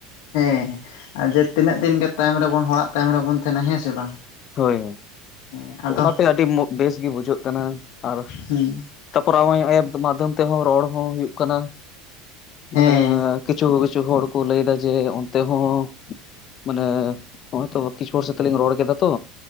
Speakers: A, on the left; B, on the left.
A: ᱦᱮᱸ ᱡᱮ ᱛᱤᱱᱟᱹᱜ ᱫᱤᱱ ᱜᱮ ᱛᱟᱭᱚᱢ ᱨᱮᱵᱚᱱ ᱦᱚᱲᱟᱜ ᱛᱟᱭᱚᱢ ᱨᱮᱵᱚᱱ ᱛᱟᱦᱮᱱᱟ ᱦᱮᱸ ᱥᱮ ᱵᱟᱝ᱾
B: ᱦᱳᱭ
A: ᱦᱮᱸ ᱟᱫᱚ
B: ᱚᱱᱟᱛᱮ ᱟᱹᱰᱤ ᱵᱮᱥ ᱜᱮ ᱵᱩᱡᱷᱟᱹᱜ ᱠᱟᱱᱟ ᱟᱨ
A: ᱦᱮᱸ
B: ᱛᱟᱯᱚᱨ ᱱᱚᱜᱚᱭ ᱮᱯ ᱢᱟᱫᱽᱫᱷᱚᱢ ᱛᱮᱦᱚᱸ ᱨᱚᱲ ᱦᱚᱸ ᱦᱩᱭᱩᱜ ᱠᱟᱱᱟ᱾ ᱢᱟᱱᱮ
A: ᱦᱮᱸ
B: ᱠᱤᱪᱷᱩ ᱠᱤᱪᱷᱩ ᱦᱚᱲ ᱠᱚ ᱞᱟᱹᱭᱫᱟ ᱡᱮ ᱚᱱᱛᱮ ᱦᱚᱸ ᱢᱟᱱᱮ ᱱᱚᱜᱚᱭ ᱛᱚ ᱠᱤᱪᱷᱩ ᱦᱚᱲ ᱥᱟᱛᱮᱜ ᱞᱤᱧ ᱨᱚᱲ ᱠᱮᱫᱟ ᱛᱚ᱾